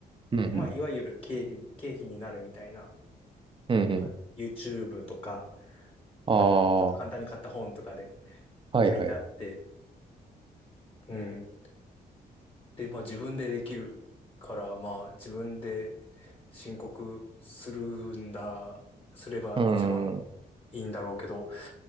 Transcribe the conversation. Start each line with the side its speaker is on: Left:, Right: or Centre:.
Right: うん。
Left: まあ、いわゆる経費、経費になるみたいな、
Right: うん。
Left: なんか、
Right: うん。
Left: YouTube とか、
Right: ああ。
Left: なんか、ちょっと簡単に買った本とかで
Right: はいはい。
Left: 書いてあって、うんで、まあ自分でできるから、まあ自分で申告するんだ、すれば一番
Right: うん。うん。
Left: いいんだろうけど、